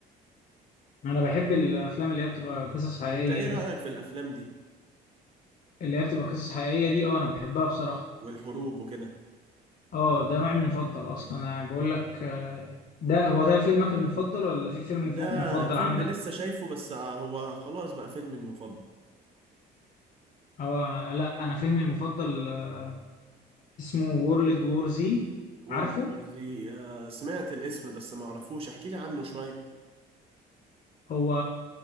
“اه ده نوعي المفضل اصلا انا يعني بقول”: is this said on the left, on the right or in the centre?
Left